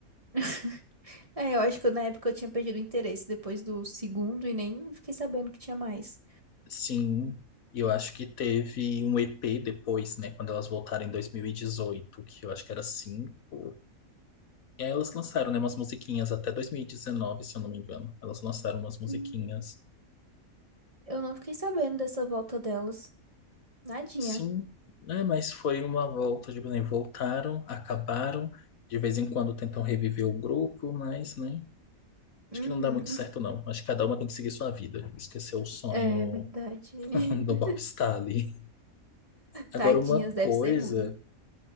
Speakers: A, on the right; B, on the left.
A: <laughs> É, eu acho que eu- na época eu tinha perdido o interesse depois do segundo e nem fiquei sabendo que tinha mais.
B: Sim, e eu acho que teve um EP depois, né, quando elas voltaram em 2018 que eu acho que era cinco. E aí elas lançaram, né, umas musiquinhas até 2019, se eu não me engano. Elas lançaram umas musiquinhas.
A: Hum. Eu não fiquei sabendo dessa volta delas. Nadinha.
B: Sim, né, mas foi uma volta, tipo, né, voltaram, acabaram. De vez em quando tentam reviver o grupo, mas, né, acho
A: Uhum.
B: que não dá muito certo,
A: <laughs>
B: não. Acho que cada uma tem que seguir sua vida, esquecer o sonho
A: É verdade. <laughs>
B: <laughs> do Bob ali. Agora,
A: Tadinhas,
B: uma
A: deve
B: coisa
A: ser ruim.